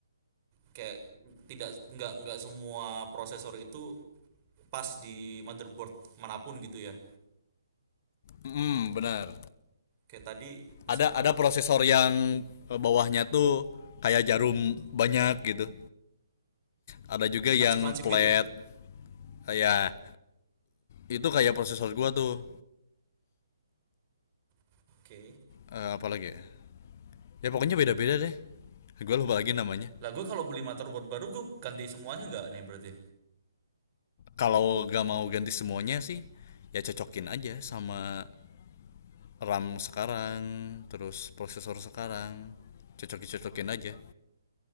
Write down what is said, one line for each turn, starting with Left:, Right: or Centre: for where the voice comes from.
Right: Kayak tidak nggak nggak semua prosesor itu pas di motherboard manapun gitu ya.
Left: hmm benar
Right: kayak tadi misalkan
Left: ada ada prosesor yang eh, bawahnya tuh kayak jarum banyak gitu ada juga yang
Right: lancip-lancip
Left: flat
Right: gitu
Left: Eh, ya itu kayak prosesor gua tuh
Right: oke Okay.
Left: Eh, apalagi ya ya pokoknya beda-beda deh gua lupa lagi namanya
Right: lah gue kalau beli motherboard baru gue ganti semuanya nggak nih berarti
Left: kalau gak mau ganti semuanya sih ya cocokin aja sama RAM sekarang terus prosesor sekarang cocokin cocokin aja